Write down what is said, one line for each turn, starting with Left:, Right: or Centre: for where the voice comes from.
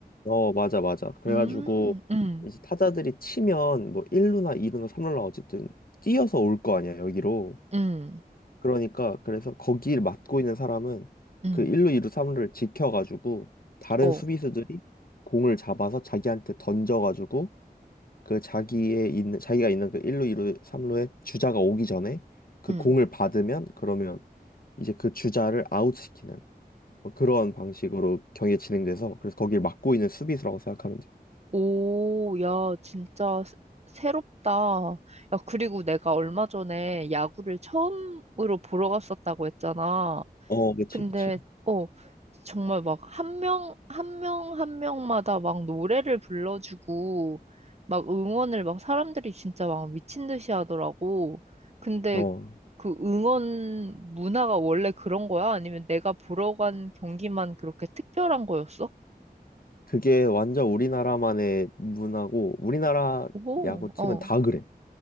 Left: 어, 맞아, 맞아. 그래가지고
Right: 음, 음,
Left: 이제 타자들이 치면 뭐 1루나 2루나 3루나 어쨌든 뛰어서 올 거 아니야, 여기로.
Right: 음,
Left: 그러니까 그래서 거기를 맡고 있는 사람은
Right: 음,
Left: 그 1루, 2루, 3루를 지켜가지고 다른
Right: 어,
Left: 수비수들이 공을 잡아서 자기한테 던져가지고 그 자기의 있는 자기가 있는 그 1루, 2루, 3루에 주자가 오기 전에 그
Right: 음.
Left: 공을 받으면 그러면 이제 그 주자를 아웃시키는 뭐 그런 방식으로 경기가 진행돼서 그래서 거기를 막고 있는 수비수라고 생각하면 돼.
Right: 오, 야, 진짜 새- 새롭다. 야, 그리고 내가 얼마 전에 야구를 처음으로 보러 갔었다고 했잖아.
Left: 어, 그치,
Right: 근데,
Left: 그치.
Right: 어, 정말 막 한 명, 한 명, 한 명마다 막 노래를 불러주고, 막 응원을 막 사람들이 진짜 막 미친 듯이 하더라고. 근데
Left: 어,
Right: 그 응원 문화가 원래 그런 거야? 아니면 내가 보러 간 경기만 그렇게 특별한 거였어?
Left: 그게 완전 우리나라만의 문화고 우리나라
Right: 오,
Left: 야구팀은
Right: 어,
Left: 다 그래.